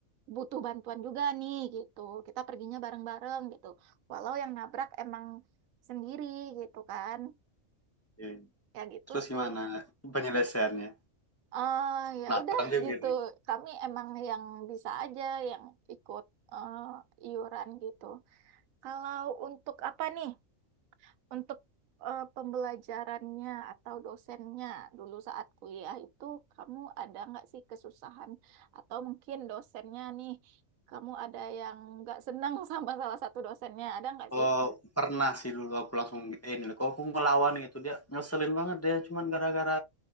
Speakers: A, on the right; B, on the left.
A: butuh bantuan juga nih gitu kita perginya bareng-bareng gitu walau yang nabrak emang sendiri gitu kan
B: iya.
A: ya gitu
B: terus
A: sih
B: gimana penyelesaiannya
A: eh ya
B: penasaran
A: udah
B: juga
A: gitu
B: nih
A: kami emang yang bisa aja yang ikut eh, iuran gitu kalau untuk apa nih Untuk eh, pembelajarannya atau dosennya dulu saat kuliah itu kamu ada nggak sih kesusahan atau mungkin dosennya nih kamu ada yang nggak senang <laughs> sama salah satu dosennya ada nggak
B: oh
A: sih?
B: pernah sih dulu aku langsung eh, ini kok aku ngelawan gitu dia ngeselin banget dia cuman gara-gara